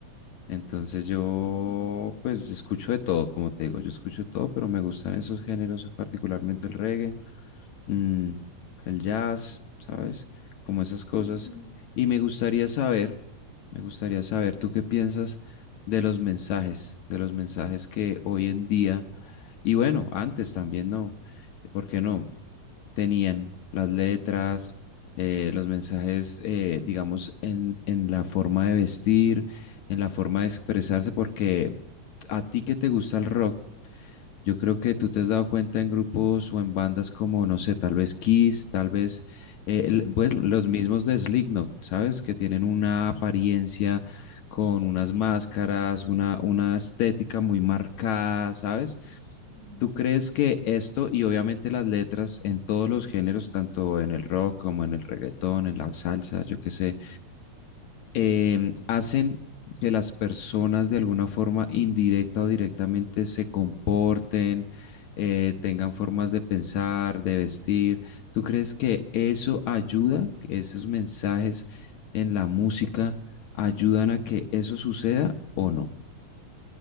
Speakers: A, on the left; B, on the right.
A: Entonces yo
B: Ujú,
A: pues escucho de todo, como te digo, yo escucho de todo, pero me gustan esos géneros, particularmente el reggae, mm, el jazz, ¿sabes? Como esas cosas.
B: ujú,
A: Y me gustaría saber, me gustaría saber, ¿tú qué piensas de los mensajes, de los mensajes que hoy en día, y bueno, antes también no, ¿por qué no? tenían las letras, eh, los mensajes, eh, digamos, en, en la forma de vestir, en la forma de expresarse, porque a ti que te gusta el rock, yo creo que tú te has dado cuenta en grupos o en bandas como, no sé, tal vez Kiss, tal vez eh, el- pues,
B: ujú,
A: los mismos de Slipknot, ¿sabes? Que tienen una apariencia con unas máscaras, una, una estética muy marcada, ¿sabes?
B: ujú.
A: ¿Tú crees que esto y obviamente las letras en todos los géneros, tanto en el rock como en el reggaetón, en la salsa, yo qué sé, em, hacen que las personas de alguna forma indirecta o directamente se comporten, eh, tengan formas de pensar, de vestir. ¿Tú crees que eso ayuda, que esos mensajes en la música ayudan a que eso suceda o no?